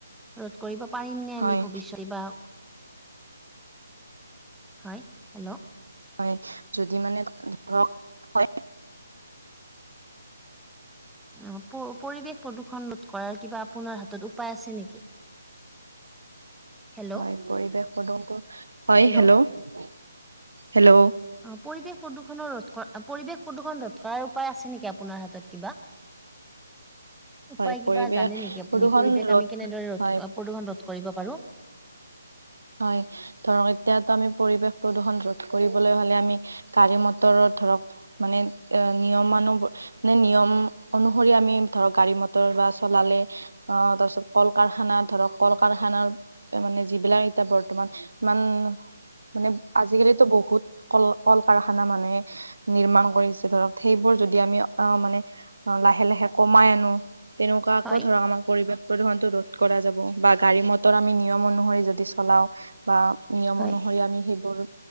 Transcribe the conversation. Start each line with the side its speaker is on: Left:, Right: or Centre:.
Centre: ৰোধ কৰিব পাৰিম নে আমি
Right: হয়
Centre: ভৱিষ্যতে বা হয় হেল্ল'
Right: হয় যদি মানে ধৰক হয়
Centre: অ প পৰিৱেশ প্ৰদূষণ ৰোধ কৰাৰ কিবা আপোনাৰ হাতত উপায় আছে নেকি? হেল্ল'
Right: হয় পৰিৱেশ প্ৰদূষণটো হয়
Centre: হেল্ল'
Right: হেল্ল' হেল্ল'
Centre: অ পৰিৱেশ প্ৰদূষণৰ ৰোধ কৰা পৰিৱেশ প্ৰদূষণ ৰোধ কৰাৰ উপায় আছে নেকি আপোনাৰ হাতত কিবা? উপায়
Right: হয়
Centre: কিবা
Right: পৰিৱেশ
Centre: জানে নেকি আপুনি
Right: প্ৰদূষণ
Centre: পৰিৱেশ
Right: ৰোধ
Centre: আমি কেনেদৰে ৰোধ
Right: হয়
Centre: প্ৰদূষণ ৰোধ কৰিব পাৰো
Right: হয় ধৰক এতিয়াতো আমি পৰিৱেশ প্ৰদূষণ ৰোধ কৰিবলৈ হলে আমি গাড়ী মটৰত ধৰক মানে এ নিয়মানু ব মানে নিয়ম অনুসৰি আমি ধৰক গাড়ী মটৰ বা চলালে অ তাৰপিছত কল কাৰখানা ধৰক কল কাৰখানাৰ মানে যিবিলাক এতিয়া বৰ্তমান ইমান মানে আজি-কালিতো বহুত কল কল কাৰখানা মানুহে নিৰ্মাণ কৰিছে ধৰক সেইবোৰ যদি আমি অ', মানে অ', লাহে লাহে কমাই আনো তেনেকুৱাকৈ
Centre: হয়
Right: ধৰক আমাৰ পৰিৱেশ প্ৰদূষণ টো ৰোধ কৰা যাব বা গাড়ী মটৰ আমি নিয়ম অনুসৰি যদি চলাওঁ বা নিয়ম
Centre: হয়
Right: অনুসৰি আমি সিবোৰো